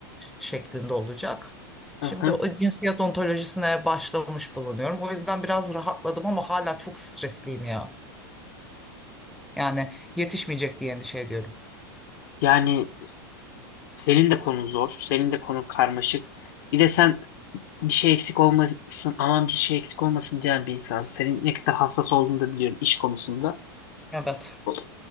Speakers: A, in the centre; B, on the left.
A: şeklinde olacak.
B: Aha.
A: Şimdi o cinsiyet ontolojisine başlamış bulunuyorum. O yüzden biraz rahatladım ama hala çok stresliyim ya. Yani yetişmeyecek diye endişe ediyorum.
B: Yani senin de konun zor, senin de konun karmaşık. Bir de sen bir şey eksik olmasın, aman bir şey eksik olmasın diyen bir insansın. Senin ne kadar hassas olduğunu da biliyorum iş konusunda.
A: Evet.
B: O,